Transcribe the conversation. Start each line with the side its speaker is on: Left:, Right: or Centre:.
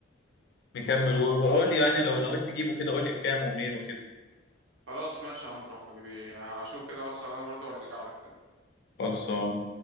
Left: نكمل وبقول لي يعني لو نويت تجيبه كده قول لي بكام ومنين وكده
Right: خلاص ماشي يا اندرو حبيبي هشوف كده واسهر انا برضو وارجع لك تاني
Left: خلصان